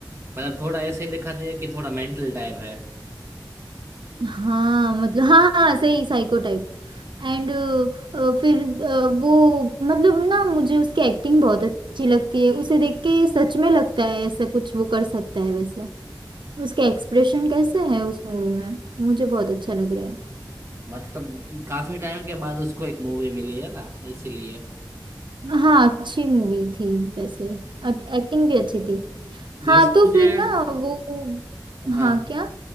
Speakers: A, on the right; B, on the right.
A: मतलब थोड़ा ऐसे ही दिखा दे कि थोड़ा मेंटल टाइप है
B: हाँ मतलब हाँ हाँ सही साइको टाइप एंड फिर अ, वो मतलब ना मुझे उसकी एक्टिंग बहुत अच्छी लगती है उसे देख के सच में लगता है ऐसा कुछ वो कर सकता है वैसा उसके एक्सप्रेशन कैसे है उस मूवी में मुझे बहुत अच्छा लग रहा है
A: मतलब काफी टाइम के बाद उसको एक मूवी मिली है ना इसीलिए
B: हाँ अच्छी मूवी थी वैसे एक्टिंग भी अच्छी थी हाँ
A: वैसे
B: तो
A: मुझे
B: फिर ना वो
A: हाँ
B: हाँ क्या